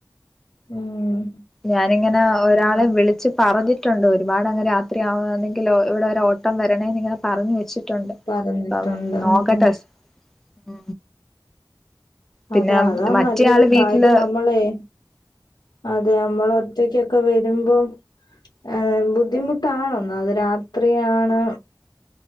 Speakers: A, on the left; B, in the centre.
A: ഉം
B: ഞാനിങ്ങനെ ഒരാളെ വിളിച്ച് പറഞ്ഞിട്ടുണ്ട് ഒരുപാട് അങ്ങെ രാത്രിയാവെന്നെങ്കിൽ ഇവിടെരെ ഓട്ടം വരണന്ന് ഇങ്ങനെ പറഞ്ഞു വെച്ചിട്ടുണ്ട്
A: പറഞ്ഞിട്ടുണ്ട്
B: മ് നോക്കട്ടെ
A: ആഹ്
B: ഉ പിന്നെ
A: അതാ അതാ
B: മറ്റയാള്
A: നല്ലത്
B: വീട്ട്
A: കാര്യം
B: ല്
A: നമ്മളെ അതെ നമ്മൾ ഒറ്റക്കൊക്കെ വ രുമ്പം ഏ ബുദ്ധിമുട്ടാണൊന്നാമത് രാത്രിയാണ്